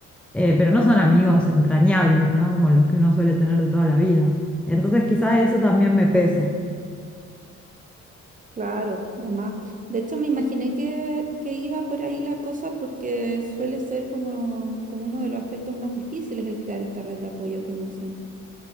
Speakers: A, in the centre; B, on the right (about 25°).
A: eh, pero no son amigos entrañables, ¿no? Como los que uno suele tener de toda la vida. Entonces quizá eso también me pesa.
B: claro, de más. De hecho, me imaginé que, que iba por ahí la cosa porque suele ser como, como uno de los aspectos más difíciles el crear esta red de apoyo que mencionas.